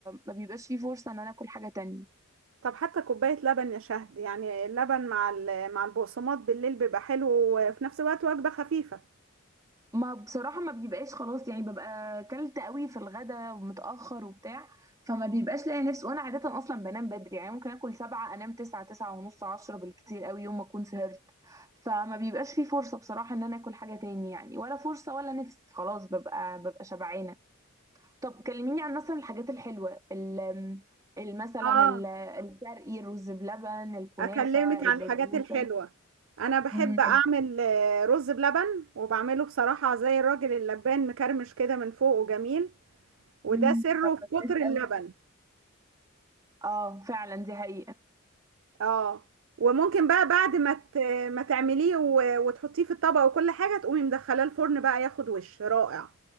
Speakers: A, on the right; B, on the right.
A: ما بيبقاش في فرصه ان انا اكل حاجه تانية
B: طب حتى كوباية لبن يا شهد يعني اللبن مع ال- مع البقسماط بالليل بيبقى حلو وفي نفس الوقت وجبة خفيفة
A: ما بصراحة ما بيبقاش خلاص يعني ببقى كلت قوي في الغدا ومتأخر وبتاع فما بيبقاش لاقي نفسي وانا عادة اصلا بنام بدري يعني ممكن اكل سبعة انام تسعة تسعة ونص عشرة بالكتير قوي يوم ما اكون سهرت فما بيبقاش في فرصة بصراحة ان انا اكل حاجة تاني يعني ولا فرصة ولا نفس خلاص ببقى ببقى شبعانة طب كلميني عن مثلا الحاجات الحلوة ال ال- مثلا
B: اه
A: ال- الشرقي الرز بلبن الكنافة
B: أكلمك
A: البسبوسة
B: على الحاجات الحلوة أنا بحب
A: أمم،
B: أعمل
A: ال-
B: آه، رز بلبن وبعمله بصراحة زي الراجل اللبان مكرمش كده من فوق وجميل وده
A: مم.
B: سره
A: طب
B: في
A: ده
B: كتر
A: كويس
B: اللبن
A: قوي اه فعلا دي حقيقة
B: اه وممكن بقى بعد ما ت- ما تعمليه و- وتحطيه في الطبق وكل حاجة تقومي مدخلاه الفرن بقى ياخد وش رائع